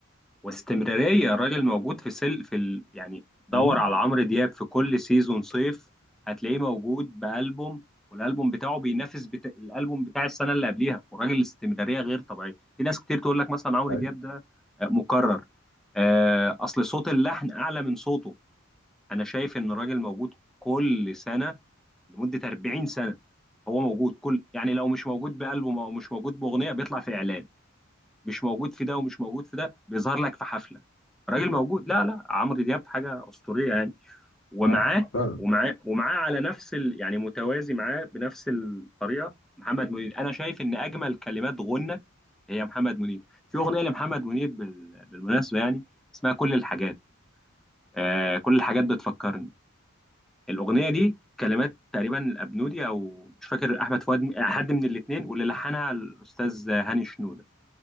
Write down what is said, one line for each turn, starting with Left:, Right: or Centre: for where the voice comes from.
Centre: واستمراريه الراجل موجود في سل في ال... يعني دور
Left: مم.
Centre: على عمرو دياب في كل سيزون صيف هتلاقيه موجود بألبوم والألبوم بتاعه بينافس بتا... الألبوم بتاع السنة اللي قبليها والراجل الاستمرارية غير طبيعية في ناس كتير تقول لك مثلا عمرو
Left: أي.
Centre: دياب ده آه، مكرر آه، أصل صوت اللحن أعلى من صوته أنا شايف إن الراجل موجود كل سنة لمدة 40 سنة هو موجود كل يعني لو مش موجود بألبوم أو مش موجود بأغنية بيطلع في إعلان مش موجود في ده ومش موجود في ده بيظهر لك في حفله راجل موجود لا لا عمرو دياب حاجه اسطوريه يعني ومعاه
Left: اه فعلا
Centre: ومعاه ومعاه على نفس ال... يعني متوازي معاه بنفس الطريقه محمد منير انا شايف ان اجمل كلمات غنى هي محمد منير في اغنيه لمحمد منير بال... بالمناسبه يعني اسمها كل الحاجات آه كل الحاجات بتفكرني الاغنيه دي كلمات تقريبا الابنودي او مش فاكر احمد فؤاد م- حد من الاثنين واللي لحنها الاستاذ هاني شنوده